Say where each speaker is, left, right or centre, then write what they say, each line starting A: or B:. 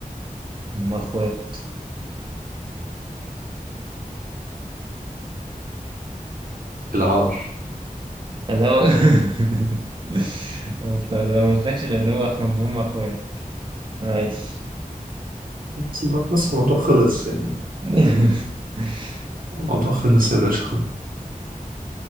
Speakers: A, on the right (about 35°); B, on the right (about 75°).
A: هما اخوات
B: العار
A: انا <laughs> انت لو مقلتلكش غير ده هو اخو ان هما اخوات ماشي
B: بس بعد- بس الموضوع خلص يعني
A: <laughs>
B: الموضوع خلص يا باشا خلص